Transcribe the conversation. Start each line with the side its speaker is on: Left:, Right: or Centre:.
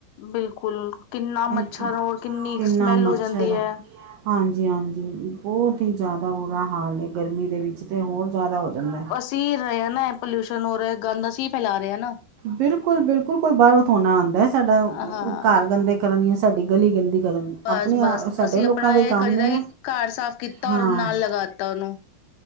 Left: ਬਿਲਕੁਲ, ਕਿੰਨਾ ਮੱਛਰ
Right: ਇੱਕ
Left: ਔਰ ਕਿੰਨੀ
Right: ਕਿੰਨਾ
Left: ਸਮੈਲ
Right: ਮੱਛਰ
Left: ਹੋ ਜਾਂਦੀ ਹੈ।
Right: ਹਾਂਜੀ, ਹਾਂਜੀ ਬਹੁਤ ਹੀ ਜ਼ਿਆਦਾ ਬੁਰਾ ਹਾਲ ਹੈ। ਗਰਮੀ ਦੇ ਵਿੱਚ ਤਾਂ ਹੋਰ ਜ਼ਿਆਦਾ ਹੋ ਜਾਂਦਾ।
Left: ਸੀ ਰਹੇ ਨਾ ਪੋਲਿਊਸ਼ਨ ਹੋ ਰਿਹਾ ਗੰਦ ਅਸੀ ਫੈਲਾ ਰਿਹੇ ਹਾਂ ਨਾ।
Right: ਬਿਲਕੁਲ- ਬਿਲਕੁਲ ਕੋਈ ਬਾਹਰੋਂ ਥੋੜਾ ਨਾ ਆਉਦਾ ਹੈ। ਸਾਡਾ
Left: ਹਾਂ
Right: ਘਰ ਗੰਦੇ ਕਰਨ ਲਈ ਜਾਂ ਸਾਡੀ ਗਲੀ ਗੰਦੀ ਕਰਨ
Left: ਬਸ-
Right: ਆਪਣੇ
Left: ਬਸ
Right: ਆ- ਸਾਡੇ
Left: ਅਸੀ
Right: ਲੋਕਾਂ
Left: ਆਪਣਾ
Right: ਦੇ
Left: ਇਹ
Right: ਹੀ ਕੰਮ
Left: ਕਰੀਦਾ
Right: ਨੇ
Left: ਕਿ ਘਰ ਸਾਫ਼ ਕੀਤਾ
Right: ਹਾਂ
Left: ਔਰ ਨਾਲ ਲਗਾ ਦਿੱਤਾ ਉਹਨੂੰ।